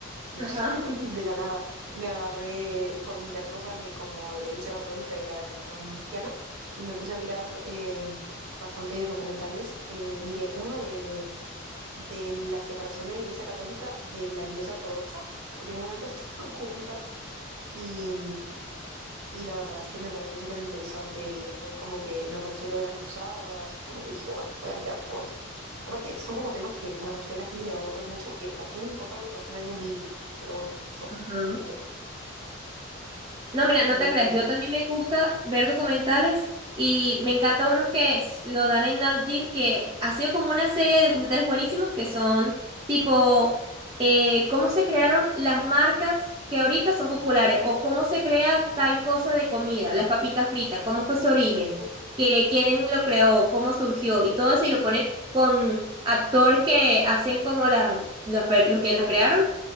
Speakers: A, on the right; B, on the right.
A: no
B: Ajá.
A: sé, <laughs> de la nada, me agarré por mirar cosas de como de la Iglesia Católica y la religión cristiana, y me puse a mirar eh, bastantes documentales. Eh, miré uno de de la separación de la Iglesia Católica de la Iglesia Ortodoxa, porque en un momento <laughs> estaban juntas y, y la verdad es que me pareció súper interesante y después como que me apareció lo de las cruzadas y como que dije, bueno, voy a mirar todo esto. Aparte, son como temas que a la mayoría de la gente le aborren mucho porque a quién le importa algo que pasó en el año mil pero bueno, yo,
B: Ajá.
A: ahí estoy,
B: No, mira, no
A: muy
B: te
A: divertido.
B: creas. Yo también me gusta ver documentales y me encantan unos que s- lo dan en Nat Geo, que ha sido como una serie de documentales buenísimos que son tipo eh, cómo se crearon las marcas que ahorita son populares o cómo se crea tal cosa de comida, las papitas fritas, cómo fue su origen,
A: Uf,
B: que quién lo creó, cómo surgió y todo eso y lo ponen con actores que hacen como la, los, per- los que los
A: claro,
B: crearon